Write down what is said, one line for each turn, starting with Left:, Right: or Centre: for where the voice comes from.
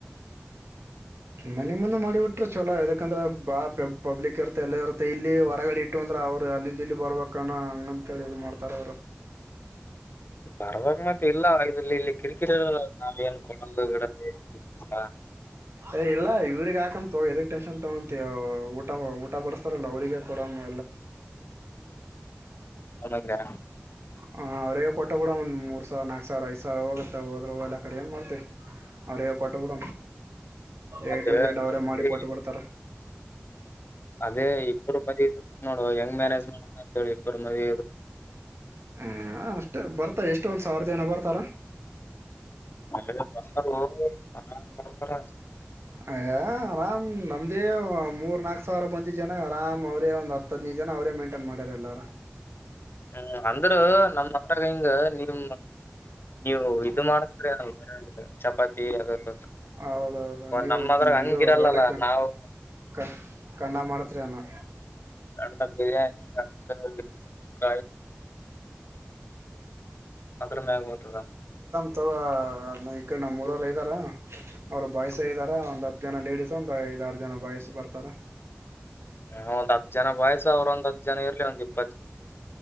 Right: ಮನೆ ಮುಂದೆ ಮಾಡಿಬಟ್ರೆ ಚಲೋ ಯಾಕಂದ್ರೆ ಬಾತ್ ಪಬ್ ಪಬ್ಲಿಕ್ ಇರುತ್ತೆ ಎಲ್ಲ ಇರುತ್ತೆ ಇಲ್ಲಿ ಹೊರಗಡೆ ಇಟ್ಟು ಅಂದ್ರ ಅವರು ಅಲ್ಲಿಂದ ಇಲ್ಲಿ ಬರ್ಬೇಕಾನ ಹಂಗ ಅಂತ ಹೇಳಿ ಇದು ಮಾಡ್ತಾರೆ ದೋರ್
Left: <inaudible> ಪರವಾಗಿ ಮತ್ ಇಲ್ಲ ಇದ್ರಲ್ಲಿ ಇಲ್ಲಿ ಕಿರಿಕಿರಿರಲ್ಲ ನಾವೇಏನ್ ಕೊಡಲ್ಲ ಗಿಡ ಹ
Right: ಏ ಇಲ್ಲ ಇವ್ರಗ್ ಹಾಕಂತ ಎದಕ್ ಟೆನ್ಷನ್ ತಗಂತ ಊಟ ಊಟ ಬಡಸ್ತಾರಲ್ಲ ಅವ್ರಿಗೆ ಕೊಡ ನ
Left: ಗ್ಯನು
Right: ಹ ಅವ್ರೇ ಕೊಟ್ಟ ಬಿಡ ಒಂದ್ ಮೂರ್ ಸಾವಿರ ನಾಕ್ ಸಾವಿರ ಐದ ಸಾವರ ಹೋಗುತ್ತತ್ತ ಹೋದ್ರು ಎಲ್ಲಾ ಕಡೆ ಏನ್ ಮಾಡ್ತೇವ ಅವರೇ ಕೊಟ್ಟಬಿಡ ಎ
Left: ಅದೇ
Right: ಟು ಜೆಡ್
Left: ಅದೇ
Right: ಅವರೇ
Left: ಮತ್ತೆ
Right: ಮಾಡಿ ಕೊಟ್ಟ ಬಿಿಡ್ತಾರ
Left: ಅದೇ ಇಬ್ಬರು ಮದಿ ಇರ್ತ ನೋಡುವ ಯಂಗ್ ಮ್ಯಾನೇಜ್ ನೋಕ ಅಂತ ಹೇಳಿ ಇಬ್ಬರು ಮದಿ ಇರು
Right: ಹ ಅಷ್ಟ ಬರ್ತ ಎಷ್ಟೊಂದ್ ಸಾವಿರ ಜನ ಬರ್ತಾರ
Left: ಬರ್ತಾರ ಹ ಬರ್ತಾರ
Right: ಅಯ ಆರಾಮ್ ನಮ್ದೇ ಮೂರ್ ನಾಕ್ ಸಾವಿರ ಬಂತಿ ಜನ ಆರಾಮ್ ಅವರೇ ಒಂದ ಹದ್ನ್ ಜನ ಅವರೇ ಮೇಂಟೈನ್ ಮಾಡ್ಯಾರ ಎಲ್ಲಾರ
Left: ಹ್ಮ್ ಅಂದ್ರ ನಮ್ಮ ಮತ್ರರಾಗ ಹಿಂಗ ನೀಮ ನೀವು ಇದು ಮಾಡಸ್ರ ಚಪಾತಿ ಅದಲ್ಲ
Right: ಹೌದೌದು ನೀವು
Left: ನಮ್ಮದ್ರ
Right: ಇದು
Left: ಹಿಂಗಿರಲ್ಲಲ್ಲ
Right: ದೊಡ್ಡ
Left: ನಾವು
Right: ಕ ಕಂಡ ಮಾಡತ್ರಿ ಏನೋ
Left: ಕಂಡ ಬಿರಿಯಾನಿ ಅ ಸುಖ ತೋರ್ಮ್ಯಾಗ ಹೋತುದ
Right: ಅಥವಾ ಈ ಕಡೆ ನಮ್ಮ್ ಮೂರವರು ಇದ್ದಾರ ಅವರು ಬಾಯ್ ಇದ್ದ ಒಂದ್ ಹತ್ತು ಜನ ಲೇಡೀಸ್ ಒಂದ್ ಐ ಐದಾರು ಜನ ಬಯಸ್ಸು ಬರ್ತಾರ
Left: ಹ ಒಂದ್ ಹತ್ತು ಜನ ವಯಸ್ಸ ಅವ್ರ ಒಂದ್ ಹತ್ತು ಜನ ಇರ್ಲಿ ಒಂದಿಲ್ಲ